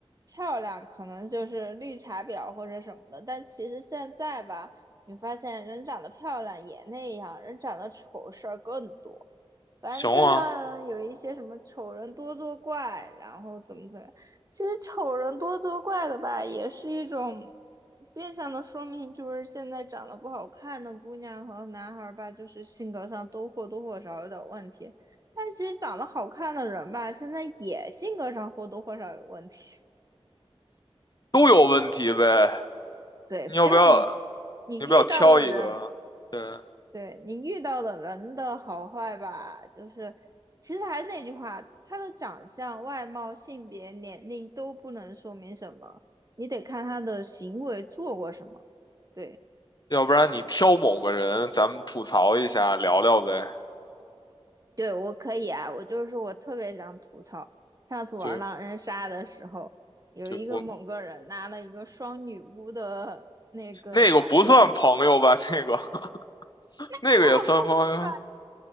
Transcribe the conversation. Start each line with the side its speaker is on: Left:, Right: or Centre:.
Right: 漂亮可能就是绿茶婊或者什么的，但其实现在吧。你发现人长得漂亮也那样，人长得丑事儿更多。反正就像有一些什么丑人多作怪，
Left: 行啊，
Right: 然后怎么怎么样，其实丑人多作怪的吧，也是一种变相的说明，就是现在长得不好看的姑娘和男孩儿吧，就是性格上都或多或少有点问题。但其实长得好看的人吧，现在也性格上或多或少有问题。
Left: 都有问题呗。
Right: <laughs> 对，
Left: 你要不要？
Right: 就是你，你遇到的人，
Left: 你要不要挑一个？对，
Right: 对你遇到的人的好坏吧，就是其实还是那句话，他的长相、外貌、性别、年龄都不能说明什么，你得看他的行为做过什么。对，
Left: 要不然你挑某个人，咱们吐槽一下，聊聊呗。
Right: 对我可以啊，我就是我特别想吐槽，上次玩狼人杀的时候，
Left: 对。
Right: 有一个某个人拿了一个双女巫的那个卡片，
Left: 对，我那个不算朋友吧？那个 <laughs> 那个也算朋友。
Right: <laughs>